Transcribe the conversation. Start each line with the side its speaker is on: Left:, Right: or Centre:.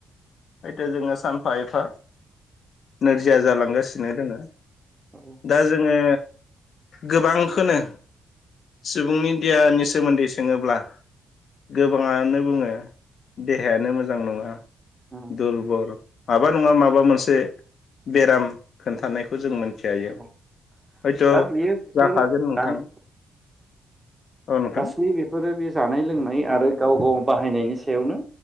Left: हयथ' जोङो सानफा एफा नोरजिया जालांगासिनो दोङो।
Right: औ
Left: दा जोङो। गोबांखोनो सुबुंनि देयानि सोमोन्दै सोङोब्ला। गोबाङानो बुङो। देहायानो मोजां नङा
Right: उम
Left: दुरबर माबा नङा माबा। माबा मोनसे बेराम खोन्थानायखौ। खौ जों मोन्थिहायो
Right: औ
Left: हयथ'
Right: दा बियो बेफोर
Left: जाखागोन नोंथां।
Right: दानि
Left: औ नोंथां
Right: गासै बेफोरो बे जानाय लोंनाय आरो गाव गाव बाहायनायनि सायावनो।